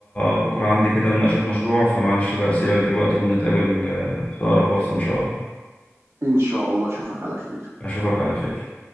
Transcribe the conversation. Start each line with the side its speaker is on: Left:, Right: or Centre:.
Left: بكره عندي كده مناقشه مشروع فمعلش بقى اسيبك دلوقتي ونتقابل آه، في اقرب فرصه ان شاء الله
Right: ان شاء الله اشوفك على خير
Left: أشوفك على خير